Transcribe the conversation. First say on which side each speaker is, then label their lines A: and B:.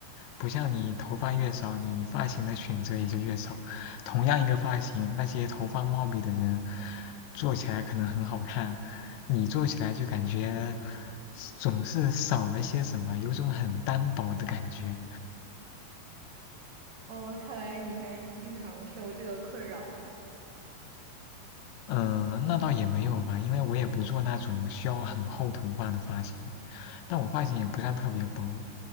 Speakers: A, on the left (about 85°); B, on the right (about 75°).
A: 不像你头发越少，你发型的选择也就越少。同样一个发型，那些头发茂密的人做起来可能很好看，你做起来就感觉总是少了些什么，有种很单薄的感觉。
B: 哦，看来你还经常受这个困扰嘛？
A: 嗯，那倒也没有吧，因为我也不做那种需要很厚头发的发型，但我发型也不算特别薄，